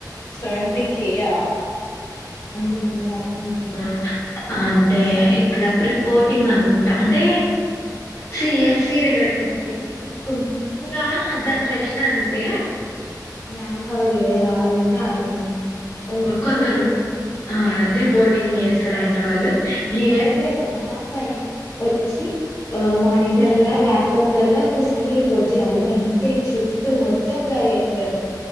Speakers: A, on the left; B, on the left.
A: Seventy K yeah!
B: అంటే వాళ్ళది అడ్మీన్ అంటే ఇట్ల ప్రిపోర్టింగ్ అనుకుంటా అంటే సిఎస్ఈ రిలేటింగ్ <unintelligible> ఇగా దాంట్ల ఎట్లంటే మ్యాన్ పవర్ ఏడ కావాలంటే ఆడనే ఓ కొందరున్నరు.
A: హ్మ్
B: ఆ రిపోర్టింగ్ చేస్తారంట వాళ్ళు ఏం లేదే అరాం పని వచ్చి ఆ మానిటర్లా,
A: హ్మ్
B: ల్యాప్టాప్లల్ల కూర్చొని రిపోర్ట్ చేయాలి గం తె షిఫ్ట్ మొత్తం గదే ఎత్తరు